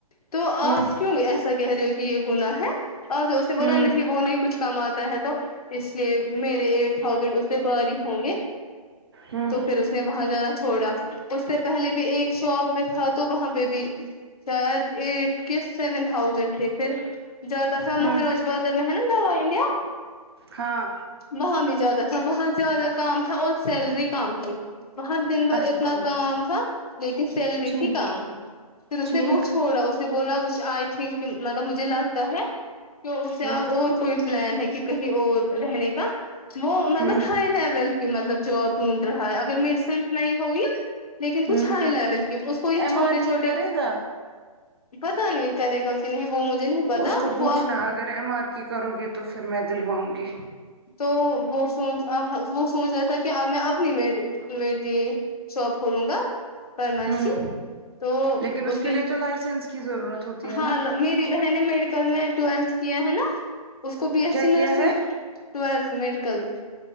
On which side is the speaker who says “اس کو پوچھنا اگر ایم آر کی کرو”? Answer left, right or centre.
Right